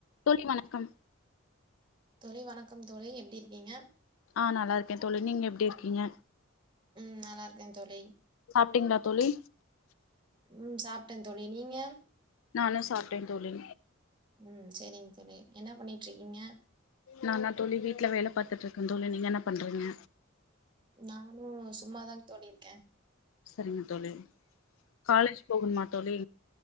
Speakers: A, on the left; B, on the right.
A: தோழி வணக்கம்
B: தோழி வணக்கம் தோழி எப்டி இருக்கீங்க
A: ஆ நல்லா இருக்கே தோழி நீங்க எப்டி இருக்கீங்க
B: ம் நல்லா இருக்கே தோழி.
A: சாப்ட்டீங்ளா தோழி
B: ம் சாப்ட்ட தோழி நீங்க
A: நானு சாப்ட்டே தோழி
B: ம் சரிங்க தோழி என்னா பண்ணிட்ருக்கீங்க
A: நானா தோழி வீட்ல வேல பாத்துட்டு இருக்க தோழி நீங்க என்ன பண்றீங்க
B: நானு சும்மாதாங் தோழி இருக்க
A: சரிங்க தோழி காலேஜ் போகுன் மாட் தோழி